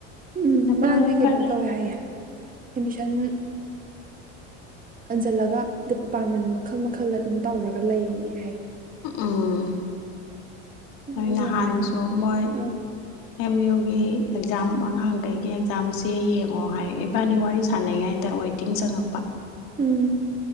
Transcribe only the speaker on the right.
ꯎꯝ ꯃꯥꯗꯤ
ꯀꯩꯅꯣ
ꯇꯧꯋꯦ ꯍꯥꯏꯌꯦ ꯑꯦꯠꯃꯤꯁꯟ ꯍꯟꯖꯜꯂꯒ ꯗꯤꯄꯥꯔꯠꯃꯦꯟ ꯃꯈꯜ ꯃꯈꯜꯗ ꯑꯗꯨꯝ ꯇꯧꯔꯒ ꯂꯩꯏꯔꯤꯅꯦ ꯍꯥꯏꯌꯦ
ꯑꯩꯁꯨ
ꯑꯗꯨꯝ ꯍꯥꯏꯅꯗꯦ
ꯎꯝ
ꯎꯝ